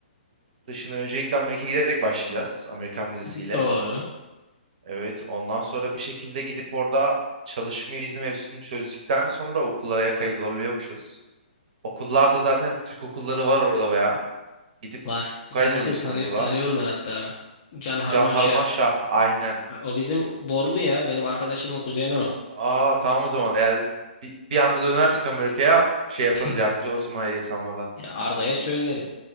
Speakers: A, on the right; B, on the left.
A: dışına öncelikle Amerika'ya giderek başlayacağız. Amerikan vizesiyle.
B: <laughs> Doğru.
A: Evet. Ondan sonra bir şekilde gidip orada çalışma izni mevzusunu çözdükten sonra okullara kaydolabiliyormuşuz. Okullarda zaten Türk okulları var orada bayağı. Gidip
B: Var. Bir
A: kaydoluyorsun
B: tanesini tanı-
A: okula.
B: tanıyorum ben hatta. Can Harmanşa.
A: Can Harman Şah aynen.
B: O bizim Borlu ya. Benim arkadaşımın kuzeni o.
A: Aa tamam o zaman eğer bir, bir anda dönersek Amerika'ya şey
B: <laughs>
A: yaparız yardımcı olsun bana ehliyet almada.
B: Ya Arda'ya söylerim.